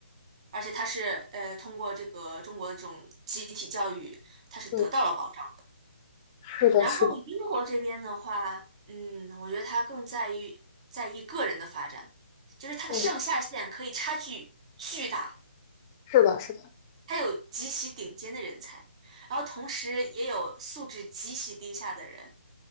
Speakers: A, on the right (about 35°); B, on the left (about 20°).
A: 而且他是呃通过这个中国的这种集体教育，他是得到了保障。
B: 对，是的，
A: 然后英国这边的话，
B: 是的，
A: 嗯，我觉得他更在意在意个人的发展，就是他的上下限可以差距巨大。
B: 对，是的，是的，
A: 他有极其顶尖的人才，然后同时也有素质极其低下的人。